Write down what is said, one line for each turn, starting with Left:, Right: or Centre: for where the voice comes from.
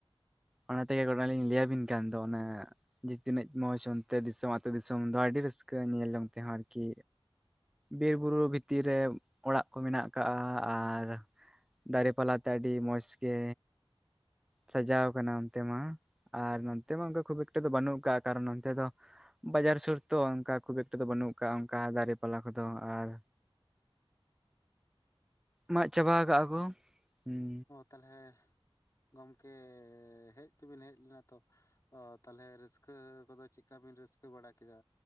Centre: ᱚᱱᱟ ᱛᱮᱜᱮ ᱜᱚᱴᱟ ᱞᱤᱧ ᱞᱟᱹᱭᱟᱵᱤᱱ ᱠᱟᱱ ᱫᱚ ᱚᱱᱮ ᱡᱮ ᱛᱤᱱᱟᱹᱜ ᱢᱚᱡᱽ ᱚᱱᱛᱮ ᱫᱤᱥᱚᱢ ᱟᱹᱛᱩ ᱫᱤᱥᱚᱢ ᱫᱚ ᱟᱹᱰᱤ ᱨᱟᱹᱥᱠᱟᱹ ᱧᱮᱞ ᱡᱚᱝ ᱛᱮᱦᱚᱸ ᱟᱨᱠᱤ ᱵᱤᱨ ᱵᱩᱨᱩ ᱵᱷᱤᱛᱤᱨ ᱨᱮ ᱚᱲᱟᱜ ᱠᱚ ᱢᱮᱱᱟᱜ ᱟᱠᱟᱜ ᱟᱨ ᱫᱟᱨᱮ ᱯᱟᱞᱟᱛᱮ ᱟᱹᱰᱤ ᱢᱚᱸᱡᱽ ᱜᱮ ᱥᱟᱡᱟᱣ ᱠᱟᱱᱟ ᱚᱱᱛᱮ ᱢᱟ ᱟᱨ ᱱᱚᱱᱛᱮ ᱢᱟ ᱚᱝᱠᱟ ᱠᱷᱩᱵ ᱮᱠᱴᱟ ᱫᱚ ᱵᱟᱹᱱᱩᱜ ᱠᱟᱜ ᱠᱟᱨᱚᱱ ᱚᱱᱛᱮ ᱫᱚ ᱵᱟᱡᱟᱨ ᱥᱩᱨ ᱛᱚ ᱚᱝᱠᱟ ᱠᱷᱩᱵ ᱮᱠᱴᱟ ᱫᱚ ᱵᱟᱹᱱᱩᱜ ᱠᱟᱜᱼᱟ ᱚᱝᱠᱟ ᱫᱟᱨᱮ ᱯᱟᱞᱟ ᱠᱚᱫᱚ ᱟᱨ ᱢᱟᱜ ᱪᱟᱵᱟ ᱠᱟᱜᱼᱟ ᱠᱚ ᱦᱩᱸ
Left: ᱛᱟᱞᱦᱮ ᱜᱚᱝᱠᱮ ᱦᱮᱡ ᱛᱮᱵᱤᱱ ᱦᱮᱡ ᱞᱮᱱᱟ ᱛᱚ ᱚ ᱛᱟᱞᱦᱮ ᱨᱟᱹᱥᱠᱟᱹ ᱠᱚᱫᱚ ᱪᱮᱜᱠᱟ ᱵᱤᱱ ᱨᱟᱹᱥᱠᱟᱹ ᱵᱟᱲᱟ ᱠᱮᱫᱟ